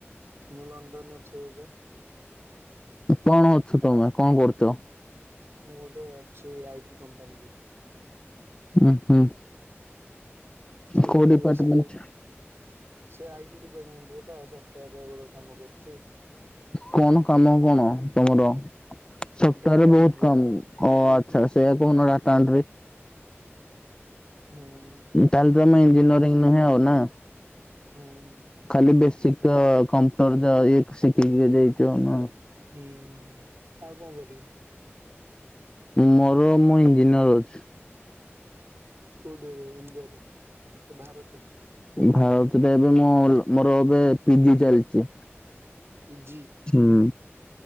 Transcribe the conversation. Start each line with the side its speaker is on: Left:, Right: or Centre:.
Right: ମୁଁ ଲଣ୍ଡନରେ ଅଛି ଏବେ ପା।
Left: କଣ ଅଛୁ ତମେ କଣ କରୁଛ?
Right: ମୁଁ ଗୋଟେ ଅଛି ଆଇଟି କମ୍ପାନୀରେ।
Left: ହୁଁ ହୁଁ।
Right: ସେଠି
Left: କୋଉ ଡିପାର୍ଟମେଣ୍ଟ
Right: ସେଇ ସେ ଆଇଟି ଡିପାର୍ଟମେଣ୍ଟରେ ପା ସପ୍ଟୟର କାମ କରୁଛି।
Left: କଣ କାମ କଣ ତମର ସପ୍ଟୟାରେ
Right: ଡାଟା
Left: ବହୁତ୍
Right: ଏଣ୍ଟ୍ରି
Left: କାମ ଅ ଆ ସେଇଆ କୁହ ନ ଡାଟା ଏଣ୍ଟ୍ରି।
Right: ହୁଁ।
Left: ତାଲେ ତମେ ଇଞ୍ଜିନିୟରିଂ ନୁହେଁ ଆଉ ନା।
Right: ହୁଁ।
Left: ଖାଲି ବେସିକ୍ ତ କମ୍ପ୍ୟୁଟର ଯା <unintelligible> ଯାଇଛ ନା?
Right: ହୁଁ ଆଉ କଣ କରିବି।
Left: ମୋର ମୁଁ ଇଞ୍ଜିନିୟର ଅଛି।
Right: କୋଉଠି ଏବେ ଇଣ୍ଡିଆରେ ଭାରତ।
Left: ଭାରତରେ ଏବେ ମୁଁ ମୋର ଏବେ ପିଜି ଚାଲିଛି।
Right: ଇଜି
Left: ହୁଁ।